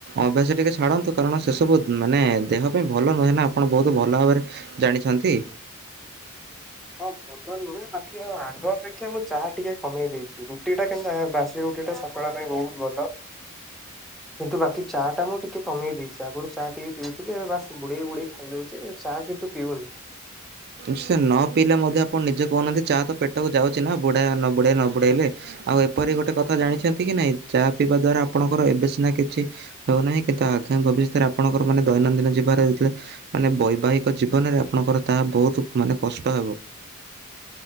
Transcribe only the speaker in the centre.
ହଁ ଭଲ ନୁହେଁ ବାକି ଆଗ ଅପେକ୍ଷା ମୁଁ ଚା ଟିକେ କମେଇ ଦେଇଚି ରୁଟି ଟା କିନ୍ତୁ ବାସି ରୁଟିଟା ସକାଳ ପାଇଁ ବହୁତ ଭଲ କିନ୍ତୁ ବାକି ଚା ଟା ମୁଁ ଟିକେ କମେଇ ଦେଇଚି ଆଗରୁ ଚା ଟିକେ ପିଉଥିଲି ବାସ୍ ବୁଡ଼େଇ ବୁଡେଇ ଖାଇଦଉଚି ଚା କିନ୍ତୁ ପିଉନି।